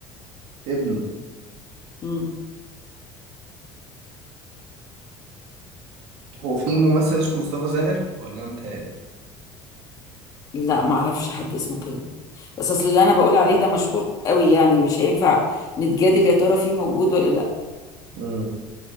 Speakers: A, on the right; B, on the left.
A: ابنه
B: مم.
A: هو في ممثل اسمه مصطفى زاهر ولا انا متهيألي
B: لا ما اعرفش حد اسمه كده بس اصل اللي انا بقول عليه ده مشهور قوي يعني مش هينفع نتجادل يا ترى فيه موجود ولا لا
A: مم.